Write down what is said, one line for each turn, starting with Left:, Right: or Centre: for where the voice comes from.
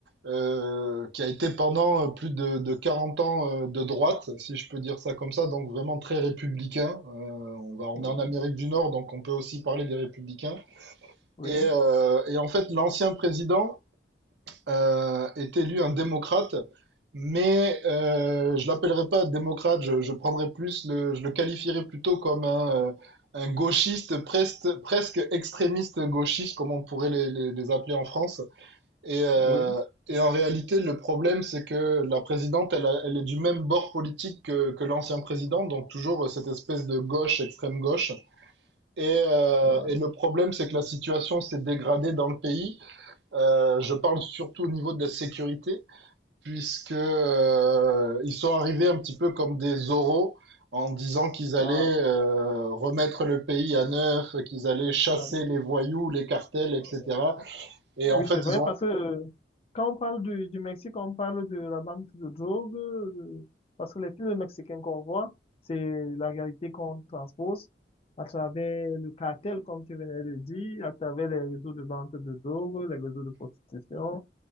Right: euh, qui a été pendant euh, plus de, de 40 ans euh, de droite, si je peux dire ça comme ça, donc vraiment très républicain. Euh, on va, on
Left: oui,
Right: est en Amérique du Nord, donc on peut aussi parler des républicains.
Left: oui,
Right: Et, euh, et en fait, l'ancien président euh, est élu un démocrate, mais euh, je l'appellerai pas démocrate, je, je prendrais plus le, je le qualifierais plutôt comme un, euh, un gauchiste presque, presque extrémiste gauchiste, comme on pourrait les, les, les appeler en France. Et, euh,
Left: oui.
Right: et en réalité, le problème, c'est que la présidente, elle, a- elle est du même bord politique que, que l'ancien président, donc toujours cette espèce de gauche, extrême gauche. Et, euh,
Left: Ah,
Right: et le problème, c'est que la situation s'est dégradée dans le pays. Euh, je parle surtout au niveau de la sécurité, puisque euh, ils sont arrivés un petit peu comme des oraux en disant qu'ils allaient
Left: ah,
Right: euh, remettre le pays à neuf, qu'ils allaient chasser
Left: ah,
Right: les voyous, les cartels, etc.
Left: ah,
Right: Et
Left: Oui,
Right: en fait,
Left: c'est vrai,
Right: ils ont.
Left: parce que euh, quand on parle du, du Mexique, on parle de la vente de drogue, euh, parce que les films mexicains qu'on voit, c'est la réalité qu'on transpose à travers le cartel, comme tu venais de dire, à travers les réseaux de vente de drogue, les réseaux de prostitution,